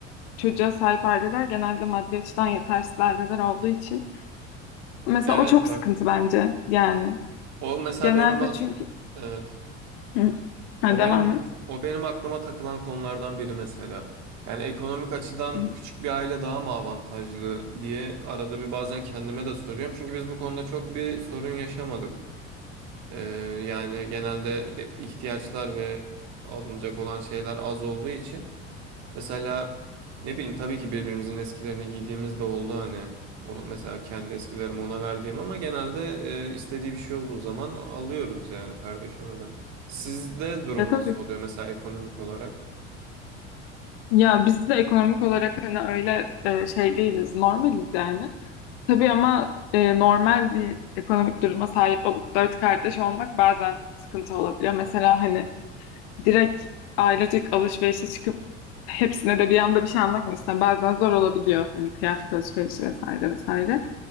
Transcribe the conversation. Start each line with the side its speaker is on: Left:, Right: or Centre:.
Left: çocuğa sahip aileler genelde maddi açıdan yetersiz aileler olduğu için. Mesela
Right: Evet
Left: o çok
Right: bak
Left: sıkıntı bence yani.
Right: o mesela
Left: Genelde
Right: benim ak-
Left: çünkü
Right: evet
Left: Hı. Ha,
Right: o
Left: devam
Right: benim
Left: et.
Right: o benim aklıma takılan konulardan biri mesela. Yani ekonomik açıdan
Left: Hı hı.
Right: küçük bir aile daha mı avantajlı diye arada bir bazen kendime de soruyorum. Çünkü biz bu konuda çok bir sorun yaşamadık. Ee, yani genelde e- ihtiyaçlar ve alınacak olan şeyler az olduğu için Mesela ne bileyim tabii ki birbirimizin eskilerini giydiğimiz de oldu hani. Onu mesela kendi eskilerimi ona verdiğim ama genelde e, istediği bir şey olduğu zaman alıyoruz yani kardeşime de. Sizde durum
Left: Ya tabii.
Right: nasıl oluyor mesela ekonomik olarak?
Left: Ya biz de ekonomik olarak hani öyle e, şey değiliz, normaliz yani. Tabii ama e, normal bir ekonomik duruma sahip olup dört kardeş olmak bazen sıkıntı olabiliyor. Mesela hani direkt ailecek alışverişe çıkıp hepsine de bir anda bir şey almak mesela Bazen zor olabiliyor hani kıyafet alışverişi vesaire vesaire.